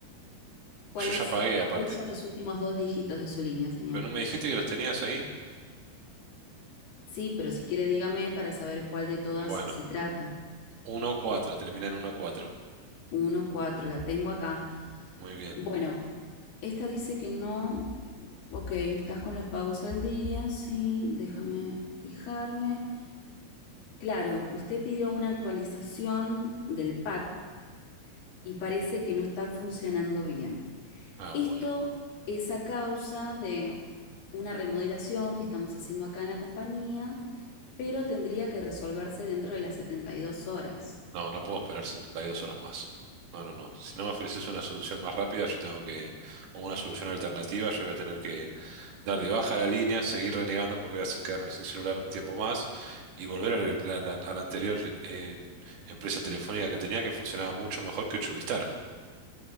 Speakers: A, on the left; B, on the right.
A: ¿Cuál
B: Yo
A: es-
B: ya pagué aparte.
A: ¿Cuáles son los últimos dos dígitos de su línea, señor?
B: ¿Pero no me dijiste que los tenías ahí?
A: Sí, pero si quiere dígame para saber cuál de todas
B: Bueno,
A: se trata.
B: uno cuatro termina en uno cuatro
A: Uno, cuatro, la tengo acá.
B: Muy bien.
A: Bueno, Esta dice que no. Ok, estás con los pagos al día, sí, déjame fijarme. Claro, usted pidió una actualización del pack y parece
B: ¿Mm?
A: que no está funcionando bien.
B: Ah,
A: Esto
B: bueno.
A: es a causa de una remodelación que estamos haciendo acá en la compañía, pero tendría que resolverse dentro de las setenta y dos horas.
B: No, no puedo esperar 72 horas más. No, no, no. Si no me ofreces una solución más rápida, yo tengo que, o una solución alternativa, yo voy a tener que dar de baja la línea, seguir renegando porque voy a se- quedarme sin celular un tiempo más y volver a la, la- a la anterior eh, empresa telefónica que tenía que funcionaba mucho mejor que Chubistar.